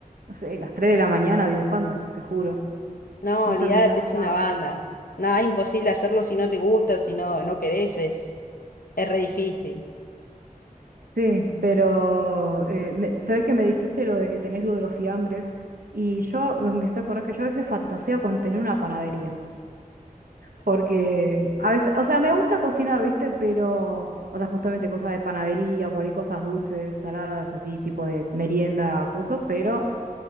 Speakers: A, on the right; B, on the left.
A: no sé, las 3 de la mañana dibujando, te juro,
B: No,
A: no
B: olvídate,
A: terminaba
B: es una
A: más.
B: banda. Nada, es imposible hacerlo si no te gusta, si no, no querés, es, es re difícil.
A: Sí, pero eh, me- sabes que me dijiste lo de que tenés lo de los fiambres y yo me me hiciste acordar que yo a veces fantaseo con tener una panadería, porque a veces, o sea, me gusta cocinar, ¿viste? Pero, o sea, justamente cosas de panadería, por ahí cosas dulces, saladas, así, tipo de merienda, cosas, pero